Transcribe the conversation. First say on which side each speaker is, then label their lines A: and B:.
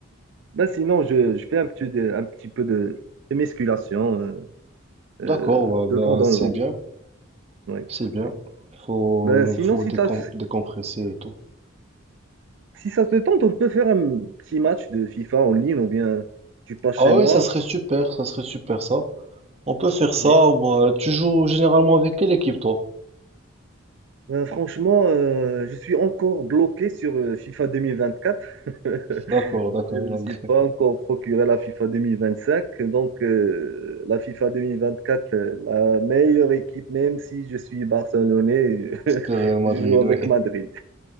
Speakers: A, on the right; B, on the right.
A: Ben, sinon, je, je fais un petit, de- un petit peu de, de musculation euh, euh,
B: D'accord, ouais, bah,
A: de temps en
B: c'est
A: temps.
B: bien,
A: Oui,
B: c'est bien.
A: oui.
B: Faut,
A: Ben, sinon,
B: faut
A: si
B: décom-
A: tu as...
B: décompresser et tout.
A: Si ça te tente, on peut faire un petit match de FIFA en ligne ou bien tu passes
B: Ah
A: chez
B: oui,
A: moi.
B: ça serait super, ça serait super ça. On peut faire ça.
A: Oui.
B: moi. Tu joues généralement avec quelle équipe, toi?
A: Euh, franchement, euh, je suis encore bloqué sur euh, FIFA 2024. <laughs>
B: D'accord, d'accord.
A: Je ne me
B: donc,
A: suis pas encore procuré la FIFA 2025. Donc, euh, la FIFA 2024, euh, la meilleure équipe, même si je suis barcelonais, <laughs>
B: C'était Real Madrid,
A: je joue avec
B: oui.
A: Madrid.